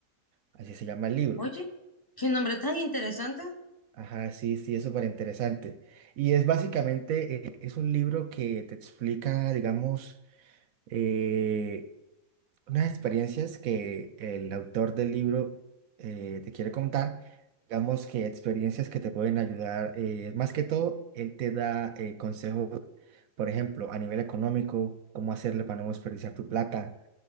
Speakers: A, on the right; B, on the left.
A: así se llama el libro.
B: oye, qué nombre tan interesante.
A: Ajá, sí, sí, es súper interesante. Y es básicamente, eh, es un libro que te explica, digamos, eh, unas experiencias que el autor del libro eh, te quiere contar, digamos que experiencias que te pueden ayudar, eh, más que todo, él te da eh, consejos por ejemplo, a nivel económico, cómo hacerle para no desperdiciar tu plata,